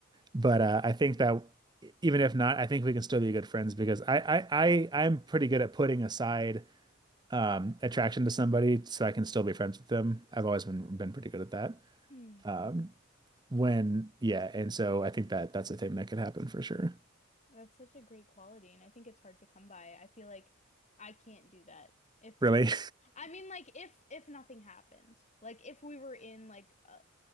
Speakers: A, on the right (about 20°); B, on the left (about 35°).
A: but uh, I think that even if not, I think we can still be good friends because I I, I I'm pretty good at putting aside um attraction to somebody so I can still be friends with them. I've always been been pretty good at that.
B: Hmm.
A: Um, when, yeah, and so I think that that's a thing that could happen for sure.
B: That's such a great quality, and I think it's hard to come by. I feel like I can't do that. If
A: Really,
B: I mean, like, if if nothing happened, like if we were in like a,